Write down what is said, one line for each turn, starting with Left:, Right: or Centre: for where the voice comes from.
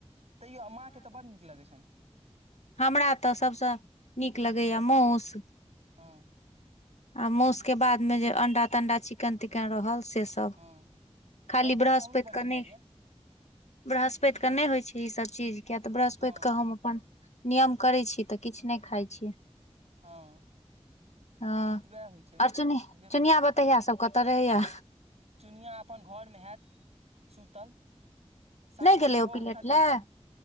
Right: तैयो माँके तऽ बड़ नीक लगैत छनि।
Left: हमरा तऽ सभसँ नीक लगैए मौस।
Right: हँ।
Left: आ मौस के बाद मे जे अंडा तंडा चिकन तिकन रहल से सब।
Right: हँ
Left: त खाली
Right: अंडा
Left: बृहस्पति
Right: तऽ हमरो बड
Left: के
Right: नीक
Left: नहि।
Right: लगैया
Left: बृहस्पतिके नहि होइ छै इसभ चीज किएक तऽ बृहस्पतिके
Right: हँ
Left: हम अपन नियम करै छी तऽ किछु नहि खाइ छियै।
Right: हँ।
Left: हं
Right: उएह होइ छै
Left: और चुनि
Right: जे
Left: चुनिया बतहिया सब कत रहैये।
Right: चुनिया अपन घरमे हैत सुतल साँझ
Left: नहि
Right: भर
Left: गेलै ओ
Right: ओहो
Left: पिलेट
Right: उठत
Left: लए
Right: कनी काल मे।